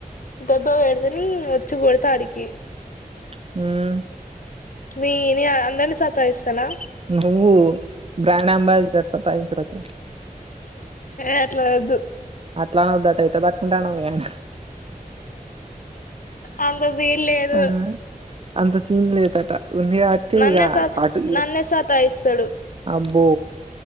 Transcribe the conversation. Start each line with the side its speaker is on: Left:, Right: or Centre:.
Left: దెబ్బా వేడుత ని వచ్చి కొడుత అడికి
Right: మాకు
Left: నీ నీ అందరినీ సతాయిస్తానా
Right: నువ్వు బ్రాండ్ అంబాజిడర్ సతఇంచుటకు
Left: ఏ అట్లా వద్దు
Right: అట్లా అనోద్దట ఎట్ల తట్టుకుంటాండో మీ అయినే
Left: అంత సీల్ లేదు
Right: ఆ అంత సీన్ లేదట ఉంది కాబట్టి
Left: నన్నే
Right: ఇక
Left: స
Right: అటు
Left: నన్నేసతఇస్తడు
Right: అబ్బో